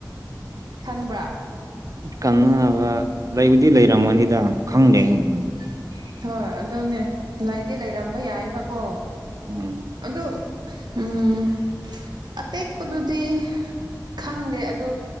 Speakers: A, on the right; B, on the right.
A: ꯈꯪꯕ꯭ꯔꯥ
B: ꯀꯥꯟꯅꯕ ꯂꯩꯕꯨꯗꯤ ꯂꯩꯔꯝꯒꯅꯤꯗ ꯈꯪꯗꯦ
A: ꯎꯝ ꯍꯣꯏ ꯑꯗꯨꯅꯦ ꯂꯩꯗꯤ ꯂꯩꯔꯝꯕ ꯌꯥꯏꯕꯀꯣ
B: ꯎꯝ
A: ꯑꯗꯨ
B: <inaudible>
A: ꯎꯝ ꯑꯇꯦꯛꯄꯗꯨꯗꯤ ꯈꯪꯗꯦ ꯑꯗꯨ